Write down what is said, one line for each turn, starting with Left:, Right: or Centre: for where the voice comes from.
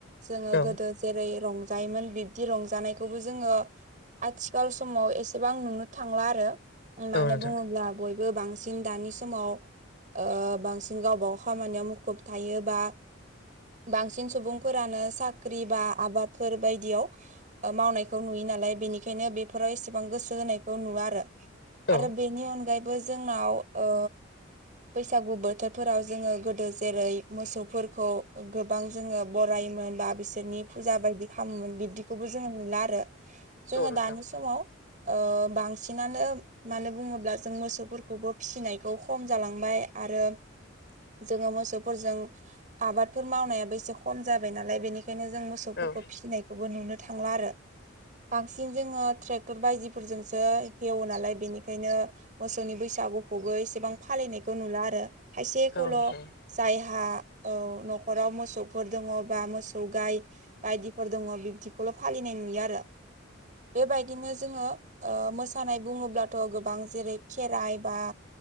Right: जोङो
Left: औ
Right: गोदो जेरै रंजायोमोन बिब दि रंजानायखौबो जोङो आथिखाल समाव एसेबां नुनो थांला आरो। मानो
Left: औ नोंथां
Right: बुङोब्ला बयबो बांसिन दानि समाव ओ बांसिन गावबागाव खामानियाव मुखुब थायोबा बांसिन सुबुंफोरानो साख्रि बा आबादफोर बायदियाव ओ मावनायखौ नुयो नालाय बेनिखायनो बेफोराव एसेबां गोसो होनायखौ नुवा आरो। आरो
Left: औ
Right: बेनि अनगायैबो जोंनाव ओ बैसागु बोथोरफोराव जोङो गोदो जेरै मोसौफोरखौ गोब बां जोङो बरायोमोन बा बिसोरनि फुजा बायदि खामोमोन बिब खौबो जोङो नुला आरो जोङो
Left: औ नोंथां
Right: दानि समाव ओ बांसिनानो मानो बुङोब्ला जों मोसौफोरखौबो फिसिनायखौ खम जालांबाय। आरो जोङो मोसौफोरजों आबादफोर मावनायाबो एसे खम जाबाय नालाय बेनि खायनो जों मोसौफोरखौ
Left: औ
Right: फिसिनायखौबो नुनो थांला आरो। बांसिन जोङो ट्रेक्टर बायदिफोरजोंसो हेवो नालाय बेनिखायनो मोसौनि बैसागुखौबो एसेबां फालिनायखौ नुला आरो खायसेखौल'
Left: औ नोंथां औ
Right: जायहा औ न'खराव मोसौफोर दङ बा मोसौ गाय बायदिफोर दङ बिब्दिखौल' फालिनाय नुयो आरो बेबायदिनो जोङो ओ मोसानाय बुङोब्लाथ' गोबां जेरै खेराइ बा